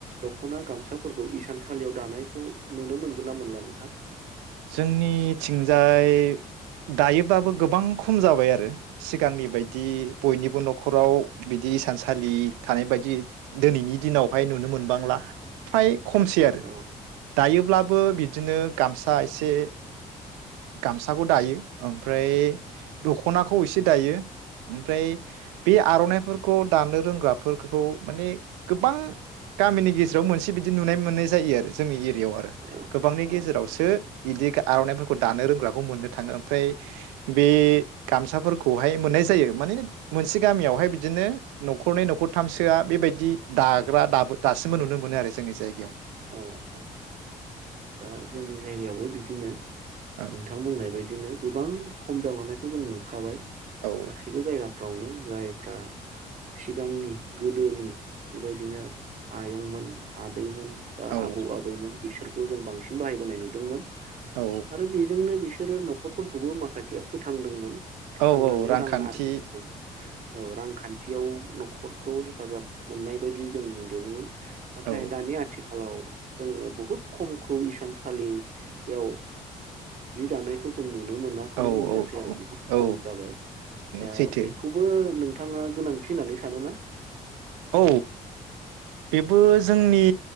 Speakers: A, on the right; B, on the right.
A: दख'ना गामसाफोरखौ इसान सालियाव दानायखौ नुनो मोनगोन ना मोनला नोंथां?
B: जोंनि थिंजाय दायोबाबो गोबां खम जाबाय आरो सिगांनि बायदि बयनिबो न'खराव बिदि हिसानसालि थानाय बायदि दिनैनि दिनावहाय नुनो मोनबांला फ्राय खमसै आरो
A: औ
B: दायोब्लाबो बिदिनो गामस सा एसे गामसाखौ दायो ओमफ्राय दख'नाखौ एसे दायो ओमफ्राय बे आरनायफोरखौ दानो रोंग्राफोरखौ माने गोबां गामिनि गेजेराव मोनसे बिदि नुनाय मोननाय जायो आरो जोंनि एरियाव आरो
A: औ
B: गोबांनि
A: औ
B: गेजेरावसो इदि आरनाय फोर दानो रोंग्राखौ मोननो थाङो ओमफ्राय बे गामसाफोरखौहाय मोननाय जायो माने मोनसे गामियावहाय बिदिनो न'खरनै न'खरथामसोआ बेबायदि दाग्रा दाबो दासिमबो नुनो मोनो आरो जोंनि जायगायाव।
A: औ औ दा जोंनि जायगायावबो बिदिनो।
B: औ
A: नोंथां बुंनाय बाय बिदिनो। गोबां खम जालांनाय खौ जों नुखाबाय।
B: औ
A: गासिबो जायगा फ्रावनो जायफ्रा सिगांनि गोदोनि बेबायदिनो आयंमोन आदैमोन।
B: औ
A: आबौ आबैमोन बिसोर खौ जों बांसिन बाहायबोनाय नुदोंमोन
B: औ
A: आरो बेजोंनो बिस बिसोरो न'खरफोरखौबो माखासेया फोथांदोंमोन।
B: औ
A: फाननानै
B: औ रांखान्थि
A: रां आरजिदोंमोन औ रां खान थियाव न'खरखौ हेफाजाब मोननाय बायदि जों नुदोंमोन। नाथाय
B: औ
A: दानि आथि खालाव जोङो बहुद खमखौ इसानसालियाव जि दानायखौ जों नुनो मोनाखौनो
B: औ
A: बुंजासै
B: औ
A: आरो बहुत
B: औ
A: खम जाबाय दा
B: सैथो
A: बेखौबो नोंथा नोंथाङा गोनांथि होननानै सानो ना?
B: औ बेबो जोंनि